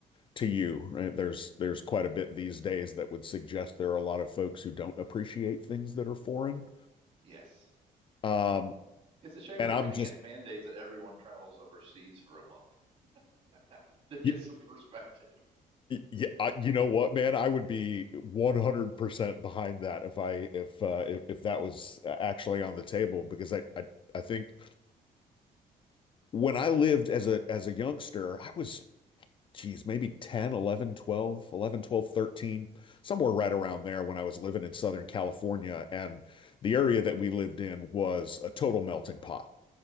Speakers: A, on the left; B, on the right.
A: to you, right? There's there's quite a bit these days that would suggest there are a lot of folks who don't appreciate things that are foreign.
B: Yes.
A: Um,
B: It's a shame
A: And
B: that
A: I'm
B: we can't
A: just,
B: mandate that everyone travels overseas for a month <laughs> to get
A: y-
B: some perspective.
A: yeah, you know what, man? I would be 100% behind that if I if uh, if, if that was uh, actually on the table because I, I I think when I lived as a as a youngster, I was geez, maybe 10, 11, 12, 11, 12, 13, somewhere right around there when I was living in Southern California and the area that we lived in was a total melting pot.